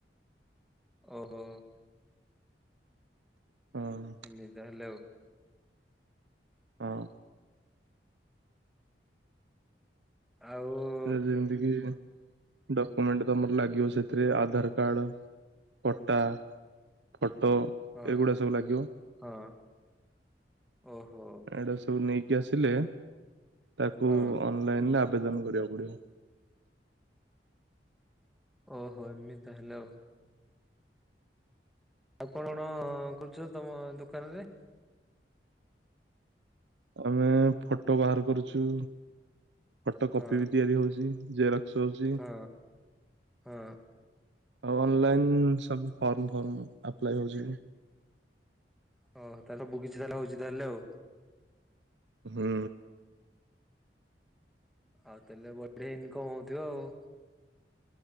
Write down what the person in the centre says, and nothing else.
ଓ ହୋ।
ଏମିତି ତାହେଲେ ଆଉ।
ଆଉ।
ହଁ
ହଁ ଓହୋ
ହଁ
ଓ ହୋ ଏମିତି ତାହେଲେ ଆଉ। ଆଉ କଣ କରୁଚ ତମ ଦୋକାନେରେ?
ହଁ
ହଁ ହଁ
ହଁ ତାହେଲେ ସବୁକିଛି ତାହେଲେ ହଉଚି ତାହେଲେ ଆଉ।
ଆଉ ତାହେଲେ ବଢିଆ ଇନକମ୍ ହଉଥିବ ଆଉ।